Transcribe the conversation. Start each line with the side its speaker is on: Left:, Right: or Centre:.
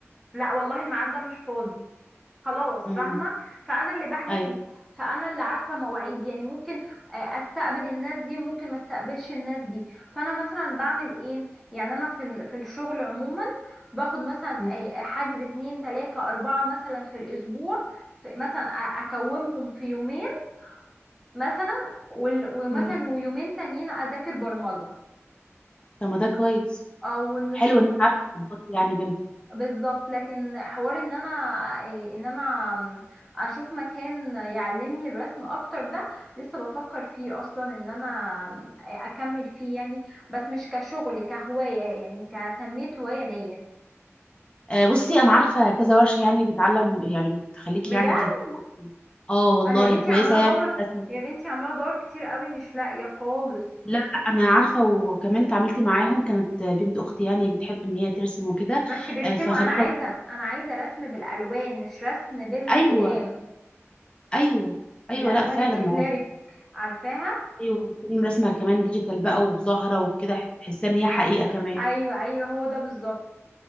Centre: لا والله الميعاد ده مش فاضي خلاص
Left: امم
Centre: فاهمة فأنا اللي بحجز
Left: ايوه
Centre: فأنا اللي عارفة مواعيدي يعني ممكن آه، أستقبل الناس دي وممكن ما استقبلش الناس دي فأنا مثلا بعمل إيه يعني أنا في ال- في الشغل عموما باخد مثلا
Left: مم.
Centre: آه، آه، حجز اتنين تلاتة أربعة مثلا في الأسبوع في- مثلا أ- أكومهم في يومين مثلا وال- ومثلا
Left: مم.
Centre: ويومين تانيين أذاكر برمجة
Left: طب ما ده كويس
Centre: أو
Left: حلو ان انت عارفه تظبطي يعني بينهم
Centre: بالظبط لكن حوار ان انا إيه، ان انا م، اشوف مكان يعلمني الرسم اكتر ده لسه بفكر فيه اصلا ان انا م، اكمل فيه يعني بس مش كشغل كهواية يعني كتنمية هواية ليا
Left: آه، بصي انا عارفه كذا ورشه يعني بتعلم يعني بتخليكي
Centre: بجد
Left: يعني تت... كنت- اه والله
Centre: انا يا بنتي
Left: كويسه
Centre: عمالة ادور
Left: يعني في الرسم
Centre: يا بنتي عمالة ادور كتير قوي مش لاقية خالص
Left: لا لا انا عارفه وكمان اتعاملت معاهم كانت بنت اختي يعني بتحب ان هي ترسم وكده
Centre: بس بيرسموا
Left: آه، فخلتها
Centre: انا عايزة انا عايزة رسم بالالوان مش رسم بالاقلام
Left: ايوه ايوه
Centre: بالالوان
Left: ايوه لا فعلا
Centre: الاكليريك
Left: ما هو
Centre: عارفاها
Left: ايوه بتكون رسمه كمان ديجيتال بقى وظاهره وكده تحسها ان هي حقيقه
Centre: ايوه
Left: كمان
Centre: ايوه ايوه هو ده بالظبط